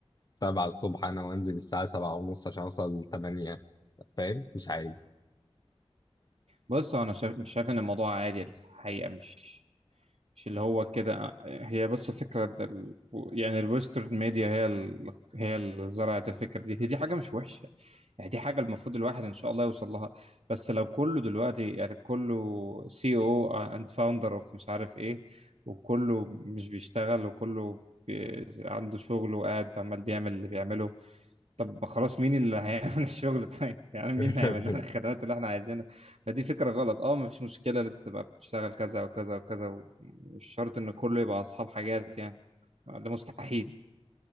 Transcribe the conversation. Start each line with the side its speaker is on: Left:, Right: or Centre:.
Left: 7 الصبح انا وانزل الساعة 7 ونص عشان اوصل 8 فاهم مش عايز
Right: بص انا شايف مش شايف ان الموضوع عادي الحقيقه مش مش اللي هو كده هي بس فكره ده ال... يعني الويسترن ميديا هي ال... هي اللي زرعت الفكره دي هي دي حاجه مش وحشه يعني دي حاجه المفروض الواحد ان شاء الله يوصل لها بس لو كله دلوقتي يعني كله سي او اند فاوندر اوف مش عارف ايه وكله مش بيشتغل وكله بي... عنده شغل وقاعد عمال بيعمل اللي بيعمله طب خلاص مين اللي هيعمل <laughs> الشغل طيب يعني مين
Left: <laughs>
Right: اللي هيعمل لنا الخدمات اللي احنا عايزينها فدي فكرة غلط اه مفيش مشكلة ان انت تبقى بتشتغل كذا وكذا وكذا مش شرط ان كله يبقى اصحاب حاجات يعني ده مستحيل